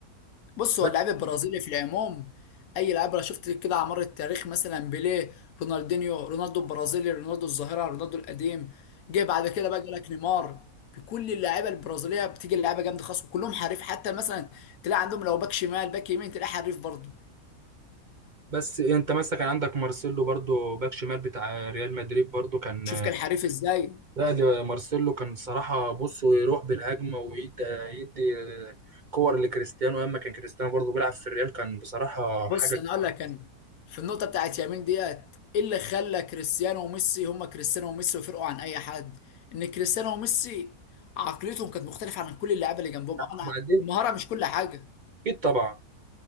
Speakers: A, on the left; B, on the right.
A: بص هو
B: بس
A: اللاعب البرازيلي في العموم اي لاعب انا شفت كده على مر التاريخ مثلا بيليه رونالدينيو رونالدو البرازيلي رونالدو الظاهره رونالدو القديم جه بعد كده بقى جالك نيمار بكل اللعيبه البرازيليه بتيجي اللعيبه جامده خالص وكلهم حريف حتى مثلا تلاقي عندهم لو باك شمال باك يمين تلاقي حريف برضه
B: بس انت مثلا كان عندك مارسيلو برضو باك شمال بتاع ريال مدريد برضو كان
A: شوف كان حريف ازاي
B: لا ده مارسيلو كان صراحه بص ويروح بالهجمه ويدي يدي آه، كور لكريستيانو اما كان كريستيانو برضو بيلعب في الريال كان بصراحه
A: بص
B: حاجه كبيرة.
A: انا اقول لك انا في النقطه بتاعت يمين ديت ايه اللي خلى كريستيانو وميسي هما كريستيانو وميسي وفرقوا عن اي حد ان كريستيانو وميسي عقليتهم كانت مختلفه عن كل اللعيبه اللي جنبهم انا
B: وبعدين
A: المهاره مش كل حاجه
B: اكيد طبعا